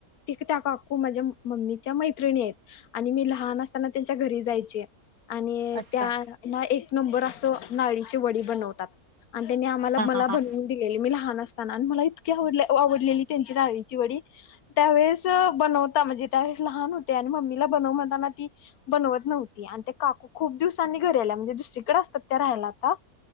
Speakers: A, on the left; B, on the right.
A: त्या काकू माझ्या मम्मीच्या मैत्रिणी आहेत आणि मी ल लहान असताना त्यांच्या घरी जायचीय आणि
B: अच्छा
A: त्याना एक नंबर असं नाळीची वडी बनवतात आणि त्यांनी आम्हाला
B: हा
A: मला
B: हा हा
A: बनवून दिलेली मी लहान असताना आणि मला इतकी आवड आवडलेली त्यांची नारळीची वडी त्यावेळेस बनवता म्हणजे त्यावेळेस लहान होते आणि मम्मीला बनव म्हताना बनवत नव्हती आणि ते काकू खूप दिवसांनी घरी आला म्हणजे दुसरीकडे असतात त्या राहायला आता